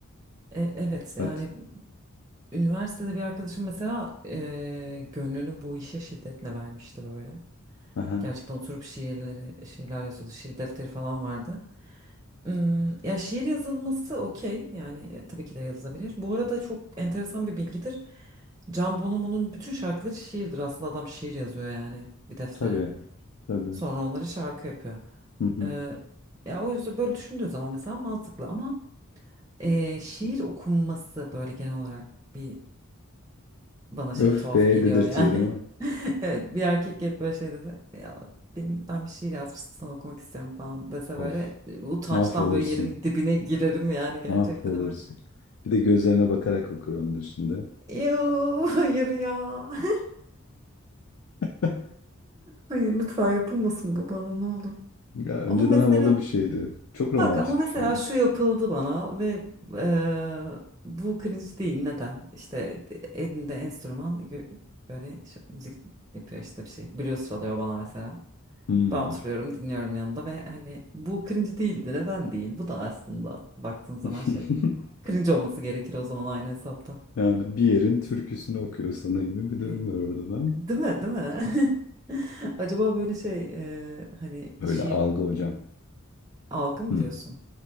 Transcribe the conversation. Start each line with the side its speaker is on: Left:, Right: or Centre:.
Right: E, evet
Left: Artık.
Right: yani Üniversitede bir arkadaşım mesela eee, gönlünü bu işe şiddetle vermişti böyle.
Left: Aha.
Right: Gerçekten oturup şiirleri, şiirler yazıyordu. Şiir defteri falan vardı. Hmm, ya şiir yazılması okey. Yani e, tabii ki de yazılabilir. Bu arada çok enteresan bir bilgidir. Can Bonomo'nun bütün şarkıları şiirdir. Aslında adam şiir yazıyor yani bir deftere.
Left: Tabii. Tabii.
Right: Sonra onları şarkı yapıyor.
Left: Hı hı.
Right: Eee, ya o yüzden böyle düşündüğü zaman mesela mantıklı ama eee, şiir okunması böyle genel olarak bir bana şey
Left: Öf
Right: tuhaf
Left: be
Right: geliyor
Left: dedirtiyor
Right: yani.
Left: değil mi?
Right: <laughs> Evet bir erkek gelip böyle şey dese ya benim ben bir şiir yazmıştım sana okumak istiyorum falan dese
Left: Of.
Right: böyle e, utançtan
Left: Mahvolursun.
Right: böyle yerin dibine girerim yani gerçekten
Left: Mahvolursun.
Right: evet.
Left: Bir de gözlerine bakarak okur onlar şimdi.
Right: Yoo <laughs> hayır ya. <laughs>
Left: <laughs>
Right: Hayır lütfen yapılmasın bu bana ne olur.
Left: Ya önceden
Right: Ama mesela
Left: havalı bir şeydi. Çok romantik
Right: bak ama mesela
Left: bir şey.
Right: şu yapıldı bana ve eee, bu cringe değil neden? İşte elinde enstrüman gö- böyle ş- müzik yapıyor işte bir şey. Blues çalıyor bana mesela.
Left: Hmm.
Right: Ben oturuyorum dinliyorum yanında ve hani bu cringe değildi. Neden değil? Bu da aslında baktığın zaman
Left: <laughs>
Right: şey. Cringe olması gerekir o zaman aynı hesapta.
Left: Yani bir yerin türküsünü okuyor sana gibi bir durum
Right: Evet.
Left: var orada da.
Right: Değil mi? Değil mi? <laughs> Acaba böyle şey e, hani
Left: Öyle
Right: şiir
Left: algı hocam.
Right: algı mı
Left: Hmm.
Right: diyorsun?